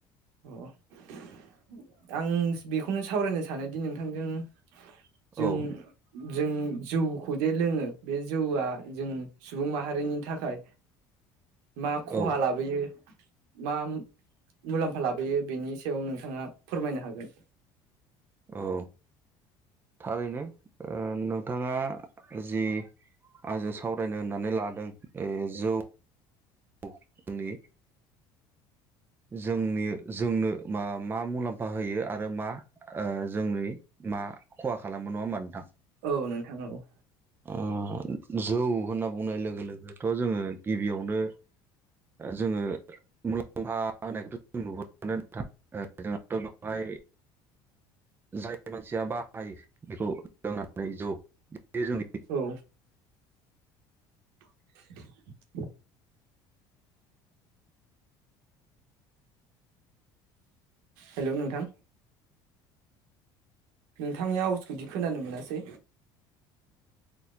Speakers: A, on the right (about 80°); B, on the right (about 20°).
A: अ आं बेखौनो सावरायनो सानोदि नोंथांजों। जों
B: औ
A: जों जौखौ जे लोङो बे जौआ जों सुबुं माहारिनि थाखाय मा
B: औ
A: खहा लाबोयो। मा मुलाम्फा लाबोयो बेनि सायाव नोंथाङा फोरमायनो हागोन।
B: औ थारैनो ओ नोंथाङा जि आंजों सावरायनो होननानै लादों। दों ए जौ औ जोंनि जोंनि जोंनो मा मा मुलाम्फा होयो आरो मा जोंनि मा खहा खालामो नङा होमबा नोंथां?
A: औ नोंथां औ
B: उम जौ होनना बुंनाय लोगो लोगोथ' जोङो गिबियावनो जोङो मुलाम्फा होनायखौथ' जों नुबो न <unintelligible> थ' बेवहाय। जायो। जिया बाहायो बेखौ लोंनानै जौ बे जों
A: औ <inaudible> हेलौ नोंथां नोंथांनि आवजखौदि खोनानो मोनासै